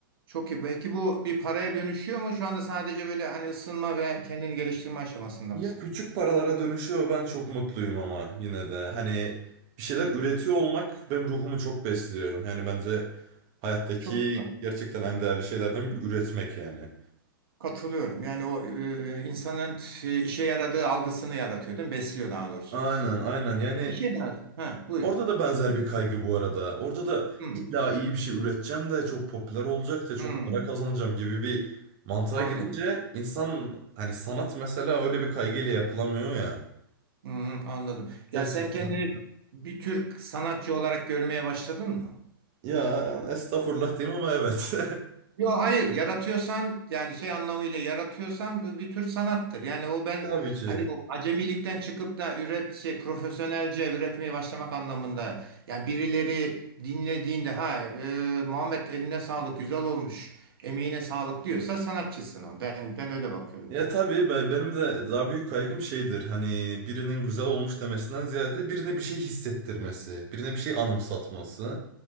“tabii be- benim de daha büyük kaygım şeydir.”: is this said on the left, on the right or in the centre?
Right